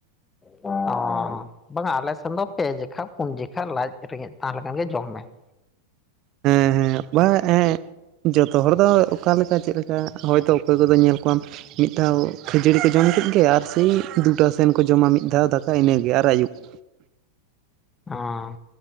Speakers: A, on the left; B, on the right.
A: ᱚᱸᱻ ᱵᱟᱝᱟ ᱟᱞᱮ ᱥᱮᱱ ᱫᱚ ᱯᱮ ᱡᱮᱠᱷᱟ ᱯᱩᱱ ᱡᱮᱠᱷᱟ ᱞᱟᱡ ᱨᱮᱸᱜᱮᱡ ᱛᱟᱦᱮᱸ ᱞᱮᱠᱷᱟᱱ ᱜᱮ ᱡᱚᱢ ᱢᱮ ᱾
B: ᱦᱮᱸ ᱦᱮᱸ ᱵᱟ ᱮᱸ ᱡᱚᱛᱚ ᱦᱚᱲ ᱫᱚ ᱚᱠᱟ ᱞᱮᱠᱟ ᱪᱮᱫ ᱞᱮᱠᱟ ᱦᱚᱭᱛᱚ ᱚᱠᱚᱭ ᱠᱚᱫᱚ ᱧᱮᱞ ᱠᱚᱣᱟᱢ ᱢᱤᱫ ᱫᱷᱟᱣ ᱠᱷᱟᱹᱡᱟᱹᱲᱤ ᱠᱚ ᱡᱚᱢ ᱠᱮᱫ ᱜᱮ ᱟᱨ ᱥᱮᱭ ᱫᱩᱴᱟ ᱥᱮᱱ ᱠᱚ ᱡᱚᱢᱟ ᱢᱤᱫ ᱫᱷᱟᱣ ᱫᱟᱠᱟ ᱤᱱᱟᱹᱜᱮ ᱟᱨ ᱟᱹᱭᱩᱵ ᱾
A: ᱚᱸᱻ